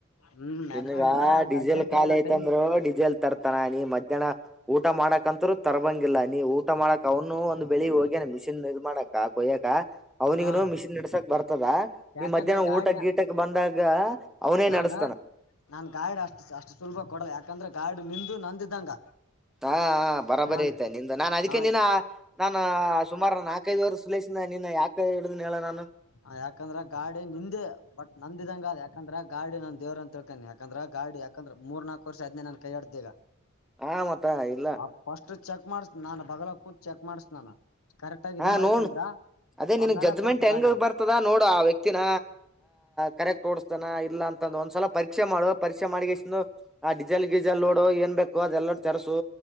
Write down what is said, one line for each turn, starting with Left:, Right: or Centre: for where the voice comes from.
Left: ಹ್ಮ್ ಯಾಕಂದ್ರ
Centre: ಇನ್ಗ
Left: ನನ್ಗ
Centre: ಡೀಿಸೆಲ್
Left: ಅರ್ಜೆಂಟ್
Centre: ಖಾಲಿ
Left: ಒಂದ
Centre: ಐತಂದ್ರರು
Left: ಟೈಮ್
Centre: ಡೀಿಸೆಲ್ ತರ್ತಾನ ನೀ ಮಧ್ಯಾಹ್ನ ಊಟ ಮಾಡಕಂತರು ತರಬಂಗಿಲ್ಲ ನೀ ಊಟ ಮಾಡಕ್ ಅವನು ಒಂದು ಬೆಳಿಗ್ ಹೋಗ್ಯ ಮಿಷಿನ್ ನಿರ್ಮಾಣಕಕ್ಕ ಕೊಯ್ಯಕ್ ಅವನಿಗನು
Left: ಹಾ
Centre: ಮಿಷನ್ ನಡ್ಸಕ್ ಬರ್ ರ್ತದ
Left: ಯಾಕಂದ್ರ
Centre: ಈ ಮಧ್ಯಾಹ್ನ
Left: ಗಾಡಿ
Centre: ಊಟ ಗೀಟಕ್ ಬಂದಾಗ ಅವನೇ
Left: ನಾನ
Centre: ನಡೆಸ್ತಾನ
Left: ನಾನ್ ಗಾಯಡ್ ಅಷ್ಟು ಅಷ್ಟು ಸುಲಭ ಕೊಡಲ್ಲ ಯಾಕಂದ್ರೆ ಗೈಡ್ ನಿಂದು ನಂದಿದ್ದಂಗ
Centre: ಹಾ ಬರಾಬರಿ
Left: ನಾನು
Centre: ಐತೆ ನಿ್ದ ನಾನು ಅದಕ್ಕೆ
Left: ಹ
Centre: ನಿನ್ನ ನಾನ ಸುಮಾರು ನಾಲ್ಕೈದುವರೆರ್ ಸುಲಸ ನಿನ್ನ ಯಕೆ ಹೇಳಿದ್ನ ಹೇಳ ನಾನು
Left: ಹ ಯಾಕಂದ್ರ ಗಾಡಿ ನಿಂದೆ ಬಟ್ ನಂದಿದಂಗದ ಯಾಕಂದ್ರೆ ಗಾಡಿ ನಂದ ದೇವರು ಅಂತಳ್ಕೊಂಡಿ ಯಾಕಂದ್ರ ಗಾಡಿ ಯಕಂದ್ರೆ ಮೂರ್ ನಾಕಕ್ ವರ್ಷ ಆಯ್ತ್ ನನ್ ಕೈಯಡ್ದ ಈಗ
Centre: ಹಾ ಮತ್ತ ಇಲ್ಲ
Left: ಆ ಫಸ್ಟ್ ಚೆಕ್ ಮಾಡ್ಸ ನಾನು ಬಗ್ಲ ಕೂಟ್ ಚೆಕ್ ಮಾಡಿಸ್ ನಾನು ಕರೆಕ್ಟ್ ಆಗಿ ಇದು
Centre: ಹಾ
Left: ಮಾಡ್ದ
Centre: ನೋಡ್
Left: ಅಂದ್ರ
Centre: ಅದೇ ನಿನಗ್
Left: ಆಮ್ಯಲೆ
Centre: ಜಜ್ಮೆಂಟ್
Left: ಕೊಡತ್
Centre: ಹೆಂಗ್
Left: ಗಾ <unintelligible> ನಾನು
Centre: ನೋಡು ಆ ವ್ಯಕ್ತಿನ ಕರೆಕ್ಟ್ ಓಡಸ್ತಾನ ಇಲ್ಲ ಅಂತಂದ ಒಂದ್ಸಲ ಪರೀಕ್ಷೆ ಮಾಡುವ ಪರೀಕ್ಷೆ ಮಾಡ ಆ ಡಿಸೆಲ್ ಡೀಸೆಲ್ ನೋಡು ಏನ್ ಬೇಕು ಅದೆಲ್ಲ ತರಿಸು